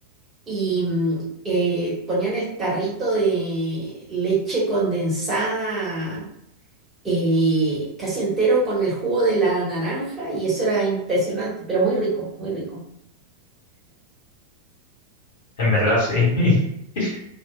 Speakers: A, on the right; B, on the left.
A: y mm, eh, ponían el tarrito de leche condensada eh, casi entero con el jugo de la naranja y eso era impresionante, pero muy rico, muy rico.
B: En verdad, sí. <laughs>